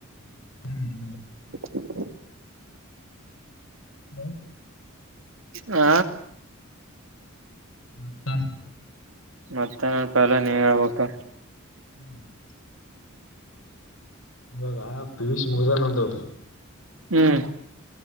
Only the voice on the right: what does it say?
<inaudible>
ಹ
ಮತ್ತೆ <unintelligible> ನೀವ್ ಹೇಳ್ಬೇಕು.
ಹ್ಮ್.